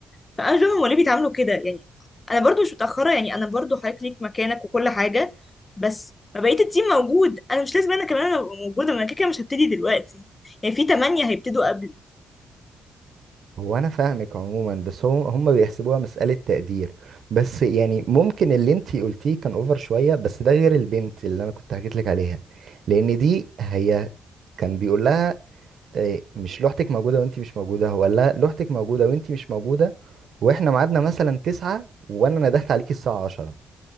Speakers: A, on the left; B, on the right.
A: فانا مش فاهمه هما ليه بيتعاملوا كده يعني انا برضو مش متاخره يعني انا برضو حضرتك ليك مكانك وكل حاجه بس ما بقيت التيم موجود انا مش لازم انا كمان ابقى موجوده ما انا كده كده مش هبتدي دلوقتي يعني في تمانية هيبتدوا قبلي
B: هو انا فاهمك عموما بس هو هم بيحسبوها مسألة تقدير بس يعني ممكن اللي انتي قلتيه كان اوفر شوية بس ده غير البنت اللي انا كنت حكيت لك عليها لان دي هي كان بيقول لها إيه، مش لوحتك موجودة وانتي مش موجودة هو قال لها لوحتك موجودة وانتي مش موجودة واحنا ميعادنا مثلا تسعة وانا ندهت عليكي الساعة عشرة